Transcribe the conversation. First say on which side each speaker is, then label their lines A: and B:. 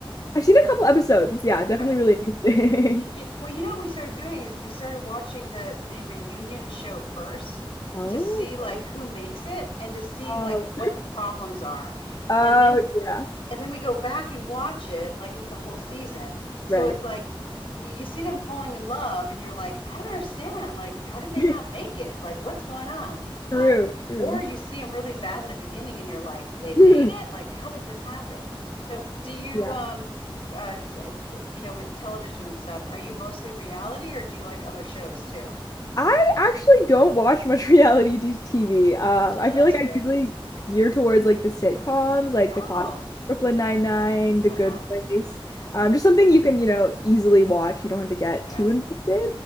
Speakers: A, on the left; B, on the left.
A: I've seen a couple episodes. It's yeah,
B: Okay.
A: definitely really interesting.
B: Yeah.
A: <laughs>
B: Well, you know what we started doing is we started watching the the reunion show first
A: Oh,
B: to see like
A: boy.
B: who makes it and to see
A: oh,
B: like what the problems are.
A: oh
B: And then
A: yeah,
B: and then we go back and watch it like it's the whole season. So
A: right.
B: it's like you you see them falling in love, and you're like, I don't understand. Like, how did they
A: <laughs>
B: not make it? Like, what's going on?
A: True,
B: Um,
A: true.
B: or you see them really bad in the beginning, and you're like, they made
A: <laughs>
B: it? Like, how did this happen? So do you,
A: Yeah.
B: um, uh, d d- you know, with television and stuff, are you mostly reality, or do you like other shows too?
A: I actually don't watch much <laughs> reality t- TV. Um, I
B: Oh,
A: feel
B: that's
A: like
B: good.
A: I usually gear towards like the sitcoms, like
B: Oh,
A: the classic Brooklyn Nine-Nine, The
B: uh-huh.
A: Good Place. Um, just something you can, you know, easily watch. You don't have to get
B: Yeah,
A: too invested.